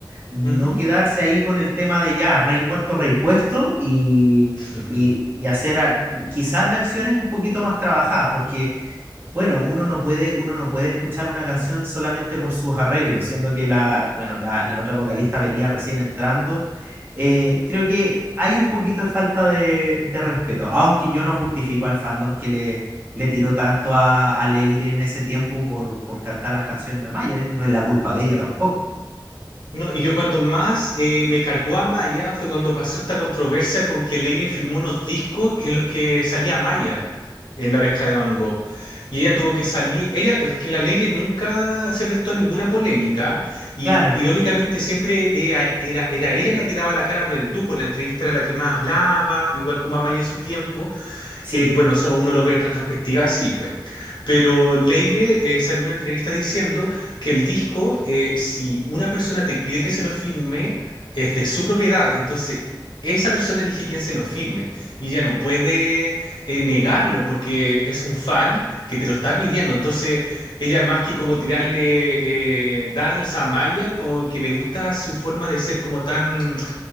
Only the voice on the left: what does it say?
Ujú.
<laughs>
No, y yo cuando más eh, me cargó a Maya fue cuando pasó esta controversia con que Leire firmó unos discos en los que salía Maya en La Oreja de Van Gogh. Y ella tuvo que salir, ella, es que la Leire nunca se prestó a ninguna polémica y
irónicamente siempre era, era, era ella la que daba la cara por el grupo, en la entrevista era la que más hablaba, igual como a Maya en su tiempo,
eh, bueno, eso uno lo ve en retrospectiva, sí, pues. Pero Leire eh, salió en una entrevista diciendo que el disco, eh, si una persona te pide que se lo firme, es de su propiedad. Entonces, esa persona elige quién se lo firme. Y ella no puede eh, negarlo porque es un fan que te lo está pidiendo. Entonces, ella más que como tirarle eh, dardos a Maya, como que me gusta su forma de ser como tan